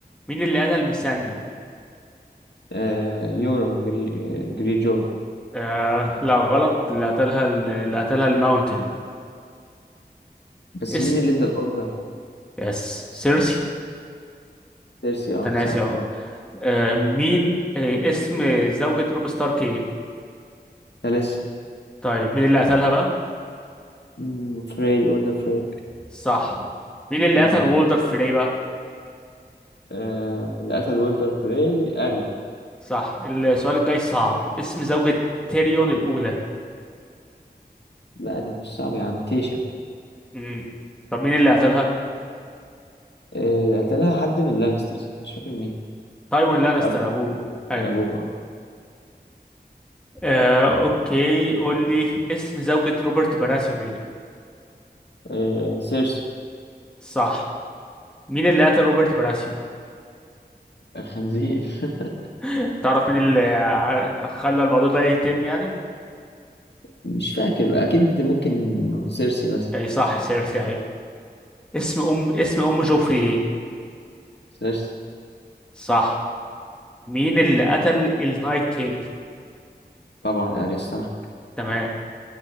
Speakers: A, in the centre; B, on the left (about 85°).
A: مين اللي قتل ميساندي
B: آه، يورون جري... آه، جري جوي
A: آه لا غلط اللي قتلها ال- اللي قتلها الماونتن
B: بس
A: اسم
B: مين اللي ادى الأوردر؟
A: يس سيرسي
B: ديرسي اه
A: تناسي
B: صح
A: اه آه، مين آه اسم زوجة روب ستارك ايه
B: تاليسا
A: طيب مين اللي قتلها بقى
B: مم، فري أوردر فري
A: صح مين اللي
B: في
A: قتل
B: الب-
A: وولدر فري بقى
B: آه، اللي قتل أوردر فري أريا
A: صح السؤال الجاي صعب اسم زوجة تيريون الأولى
B: لا ده مش صعب يا عم تيشا
A: مم. طب مين اللي قتلها
B: آه، ده قتلها حد من لانسترز مش فاكر مين
A: تايوين لانستر
B: أبوه
A: ابوه ايوه
B: كان أبوه اه
A: آه، اوكي قول لي اسم زوجة روبرت براسيون ايه
B: آه، سيرسي
A: صح مين اللي قتل روبرت براسيون
B: الخنزير <laughs>
A: <laughs> تعرف مين اللي ع- خلى الموضوع ده يتم يعني
B: مش فاكر أكيد ممكن سيرسي بس
A: اي صح سيرسي اهي اسم ام اسم ام جوفري ايه
B: سيرسي
A: صح مين اللي قتل النايت كينج
B: طبعا اريا ستارك
A: تمام